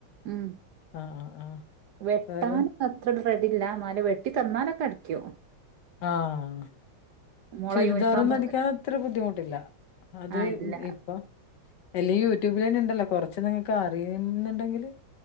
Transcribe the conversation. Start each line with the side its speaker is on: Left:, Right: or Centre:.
Right: ഉം
Left: ആഹ് ആഹ് ആഹ്
Right: വെട്ടാന
Left: വേറെ
Right: അത്ര റെഡില്ല എന്നല് വെട്ടി തന്നാലൊക്കെ അടിക്കും
Left: ആഹ്
Right: മോളെ
Left: ചുരിദാറ്
Right: യൂണിഫോം
Left: ഒന്നും അടിക്കാൻ അത്ര ബുദ്ധിമുട്ടില്ല അത്
Right: ആഹ് ഇല്ല
Left: ഇപ്പൊ എല്ല യൂട്യൂബിൽ തന്നെ ഉണ്ടല്ലോ കൊറച്ച് നിങ്ങക്ക് അറിയുന്നുണ്ടെങ്കില്